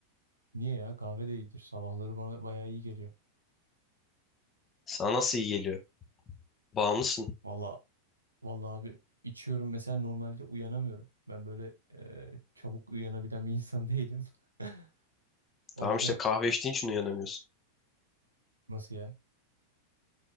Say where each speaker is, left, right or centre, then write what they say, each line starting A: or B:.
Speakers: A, on the right; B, on the left.
A: Niye ya? Kahve de iyidir. Sabahları bana bayağı iyi geliyor.
B: Sana nasıl iyi geliyor? Bağımlısın.
A: Valla valla abi içiyorum. Mesela normalde uyanamıyorum. Ben böyle e, çabuk uyanabilen bir insan değilim. <laughs> O
B: Tamam
A: yüzden
B: işte kahve içtiğin için uyanamıyorsun.
A: nasıl ya?